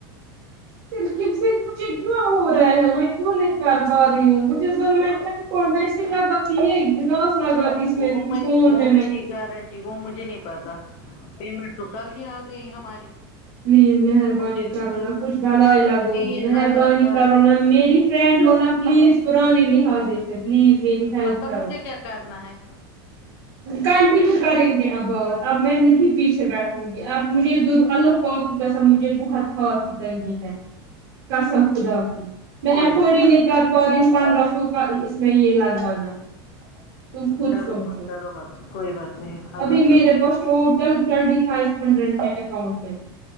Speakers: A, on the right (about 75°); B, on the left (about 50°).
A: مجھے کیا ہو رہا ہے کیوں نہیں کر پا رہی ہوں مجھے <inaudible> لگاتی ہے ایک گلاس لگاتی اس
B: وہ میں
A: فون
B: وہ میری
A: میں
B: گارنٹی وہ مجھے نہیں پتہ پیمنٹ تو کل ہی آ گئی ہماری
A: پلیز مہربانی
B: مجھے
A: کرو نا کچھ بھلائی
B: مجھے تو
A: لگو
B: تین
A: گی مہربانی
B: ہزار
A: کرو نا میری فٹرینڈ ہونا پلیز پرانانیے لحاظی سے پلیز میری ہیلپ
B: مطلب
A: کرو
B: مجھے کیا کرنا ہے
A: کنٹینیو کریں گے اب بات اب میں نہیں پیچھے بیٹھوں گی اب مجھے ضرور اللہ پکی کا سب مجھے بہت ہاتھ کی تنگی ہے قسم خدا کی میں
B: کوئی
A: ایفورڈ
B: بات
A: ہی نہیں کر پا رہی ہو پندرہ سو کا اس میں یہ لگوانا تم خود
B: ڈر
A: سوچو
B: مت ڈر مت کوئی بات نہیں اللہ
A: ابھی
B: سب
A: میرے پاس ٹوٹل ٹوئینٹی فائیو ہنڈریڈ ہے اکاؤنٹ میں